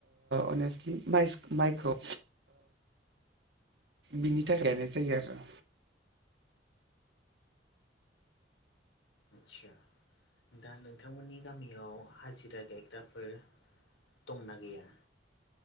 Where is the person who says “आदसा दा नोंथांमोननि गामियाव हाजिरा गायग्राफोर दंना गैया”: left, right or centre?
Left